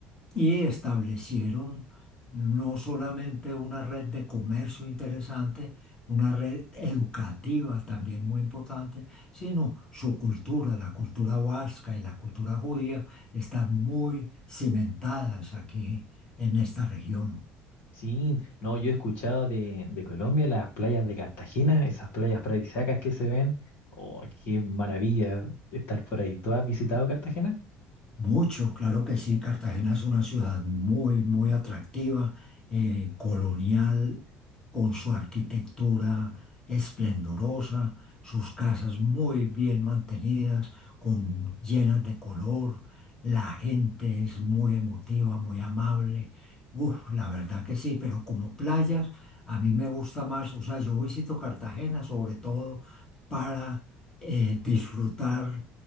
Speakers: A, on the left (about 15°); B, on the left (about 55°).
A: y establecieron no solamente una red de comercio interesante, una red educativa también muy importante, sino su cultura, la cultura vasca y la cultura judía están muy cimentadas aquí en esta región.
B: Sí, no, yo he escuchado de, de Colombia las playas de Cartagena, esas playas paradisíacas que se ven. Oh, qué maravilla estar por ahí. ¿Tú has visitado Cartagena?
A: Mucho, claro que sí. Cartagena es una ciudad muy, muy atractiva, eh, colonial, con su arquitectura esplendorosa, sus casas muy bien mantenidas, con, llenas de color. La gente es muy emotiva, muy amable. Uf, la verdad que sí, pero como playas, a mí me gusta más, o sea, yo visito Cartagena sobre todo para eh, disfrutar